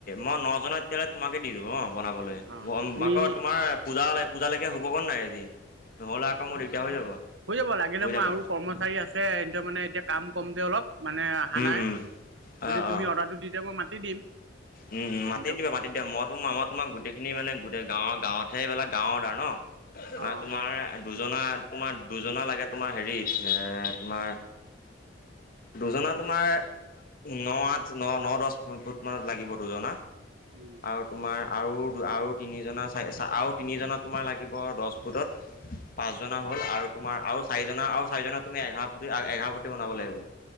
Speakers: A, on the left (about 50°); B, on the right (about 80°).
A: মই নজনাত এতিয়ালে তোমাকে দিলো অহ। বনাবলে
B: অঁ তুমি
A: আকৌ তোমাৰ পূজালে-পূজালেকে হ'ব গ নাই আজি নহলে আকৌ মোৰ দিগদাৰ হৈ যাব
B: হৈ যাব লাগিলে
A: হৈ যাব
B: মই আৰু কৰ্মচাৰী আছে হেণ্টে মানে এতিয়া কাম কমজে অলপ। মানে আহানাই
A: উম উম
B: যদি
A: অ
B: তুমি
A: অ
B: অৰ্ডাৰটো দি দিয়া মই মাতি দিম।
A: উম, মাতি
B: সিহঁতকো
A: দিবা মাতি দিয়া মই তো মই তোমাক গোটেই খিনি মানে গোটেই গাঁৱ-গাঁৱত সেই এইবিলাক গাঁৱৰ দাৰ ন
B: অঁ
A: আ তোমাৰ দুজনা তোমাৰ দুজনা লাগে তোমাৰ হেৰিত হে তোমাৰ দুজনা তোমাৰ ন'আঠ, ন -ন দচ ফুট মানত লাগিব দুজনা।
B: উম,
A: আৰু তোমাৰ আৰু- আৰু তিনিজনা চাই আৰু তিনিজনা তোমাৰ লাগিব দচ ফুটত পাঁচজনা হ'ল আৰু তোমাৰ আৰু চাৰিজনা -আৰু চাৰিজনা তুমি এঘাৰ ফুটি- এঘাৰ ফুটি বনাব লাগিব।